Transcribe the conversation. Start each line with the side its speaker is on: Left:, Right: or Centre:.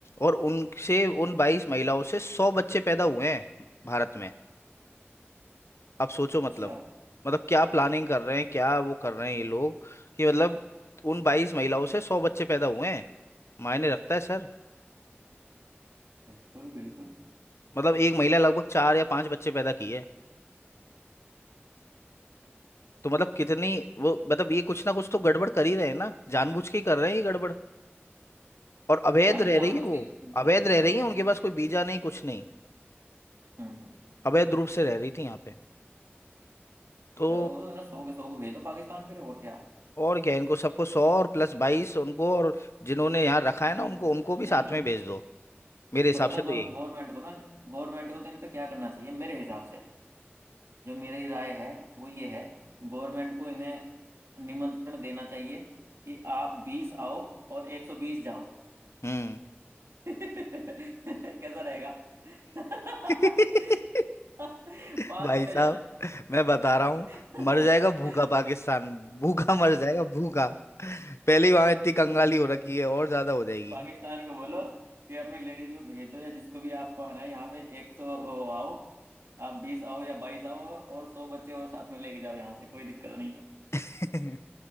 Left: और उनसे उन बाईस महिलाओं से सौ बच्चे पैदा हुए हैं भारत में आप सोचो
Right: अच्छा
Left: मतलब मतलब क्या प्लानिंग कर रहे हैं क्या वो कर रहे हैं ये लोग कि मतलब उन बाईस महिलाओं से सौ बच्चे पैदा हुए हैं मायने रखता है सर
Right: बिल्कुल बिल्कुल
Left: मतलब एक महिला लगभग चार या पांच बच्चे पैदा की है तो मतलब कितनी वो मतलब ये कुछ ना कुछ तो गड़बड़ कर ही रहे हैं ना जानबूझ के ही कर रहे हैं ये गड़बड़ और अवैध
Right: हाँ नहीं
Left: रह
Right: जानबूझ
Left: रही है वो
Right: के
Left: अवैध
Right: सर
Left: रह रही
Right: आतंक
Left: है उनके पास कोई वीजा नहीं कुछ नहीं
Right: हम्म हम्म।
Left: अवैध रूप से रह रही थी यहाँ पे तो
Right: पर वो ना सौ के सौ को भेज दो पाकिस्तान फिर और क्या
Left: और क्या इनको सबको सौ और प्लस बाईस उनको और जिन्होंने यहाँ रखा है ना उनको उनको भी साथ
Right: नहीं
Left: में भेज दो मेरे हिसाब
Right: थोड़ा
Left: से
Right: सा गवर्नमेंट
Left: तो यही
Right: को ना गवर्नमेंट को तो इन पे क्या करना चाहिए मेरे हिसाब से जो मेरी राय है वो ये है गवर्नमेंट को इन्हें निमंत्रण देना चाहिए कि आप बीस आओ और एक सौ बीस जाओ
Left: हम्म
Right: <laughs> कैसा रहेगा <laughs>
Left: <laughs>
Right: पांच
Left: भाई
Right: गुने
Left: साहब
Right: जाओ
Left: मैं बता
Right: <laughs>
Left: रहा हूँ मर जाएगा भूखा पाकिस्तान भूखा मर जाएगा भूखा पहले ही वहां इतनी कंगाली हो रखी है और ज्यादा हो जाएगी
Right: पाकिस्तान को बोलो कि अपनी लेडीज को भेज दो या जिसको भी आपको आना है यहाँ पे एक सौ आओ आप बीस आओ या बाईस आओ और सौ बच्चे और साथ में लेके जाओ यहाँ से कोई दिक्कत नहीं है
Left: <laughs>